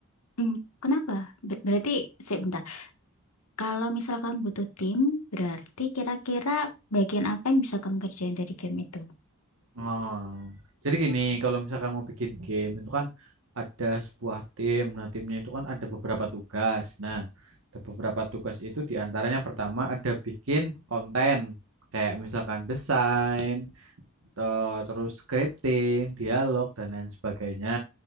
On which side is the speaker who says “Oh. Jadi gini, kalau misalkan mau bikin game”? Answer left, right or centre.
Right